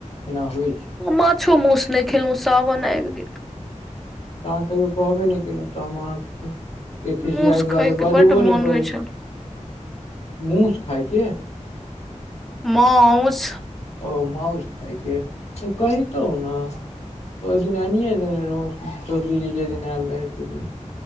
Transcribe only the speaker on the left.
एना होइ छैय।
तऽ अहाँ कहियो कहबे नहि केलौं तऽ हम अहाँ के खिसियाई
दुआरे
बजबो
नहि करै
छी मूस खायके
ओ मउस खायके तऽ कहितौं न। तऽ ओय दिन ऐनिये देने रहौं चौधरी जी जे दिन एल रहैथ तय दिन।